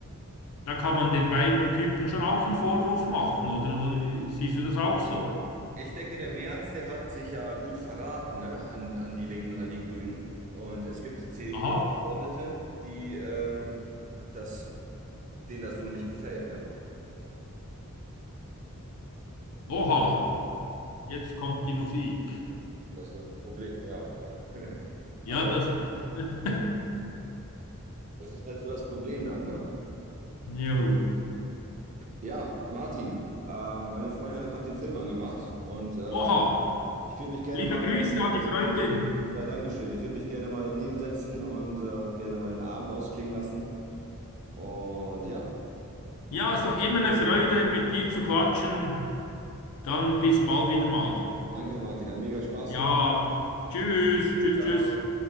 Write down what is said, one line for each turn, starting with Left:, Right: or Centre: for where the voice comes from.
Left: Da kann man den beiden Typen schon auch einen Vorwurf machen, oder, oder wie- siehst du das auch so?
Right: Ich denke, der Merz, der hat sich ja gut verraten, ne, an, an die Linken und an die Grünen. Und es gibt CDU-Abgeordnete,
Left: Aha,
Right: die ähm, das, denen das so nicht gefällt, ne?
Left: oha, jetzt kommt die Musik.
Right: Das ist das Problem, ja. <laughs>
Left: Ja,
Right: Aber
Left: das. <laughs>
Right: das ist halt so das Problem dann, ne?
Left: Jo.
Right: Ja, Martin, ähm, meine Freundin hat gerade den Film angemacht und äh,
Left: Oha,
Right: ich würde mich gerne
Left: liebe
Right: mal,
Left: Grüße an die Freundin.
Right: ja, Dankeschön, ich würde mich gerne mal daneben setzen und äh, gerne mal den Abend ausklingen lassen. Und ja,
Left: Ja, ist doch immer eine Freude, mit dir zu quatschen. Dann bis bald wieder mal.
Right: danke, Martin, hat mega Spaß
Left: Ja,
Right: gemacht.
Left: tschüss, tschüss,
Right: Ja,
Left: tschüss.